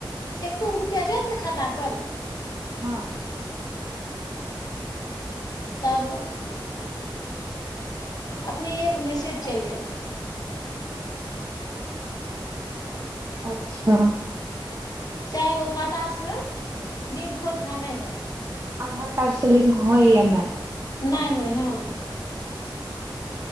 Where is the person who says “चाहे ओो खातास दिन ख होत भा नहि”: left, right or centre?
Left